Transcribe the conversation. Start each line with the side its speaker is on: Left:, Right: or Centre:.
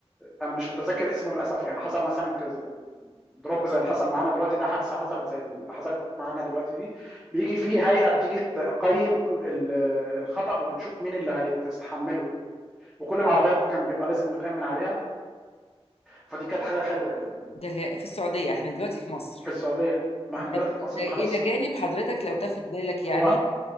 Centre: أنا مش متذكر اسمه للأسف يعني حصل مثلا كذا ضرب زي اللي حصل معانا دلوقتي ده حادثة حصلت زي اللي حصلت معانا دلوقتي دي بيجي في هيئة بتيجي تقيم ال- الخطأ وبتشوف مين اللي هيتحمله وكل العربيات كان بيبقى لازم متأمن عليها فدي كانت حاجة حلوة يعني
Left: ده في السعودية احنا دلوقتي في مصر
Centre: في السعودية ما احنا
Left: ده,
Centre: دلوقتي في مصر
Left: ده
Centre: ما
Left: إلى
Centre: خلاص
Left: جانب حضرتك لو تاخد بالك يعني
Centre: هو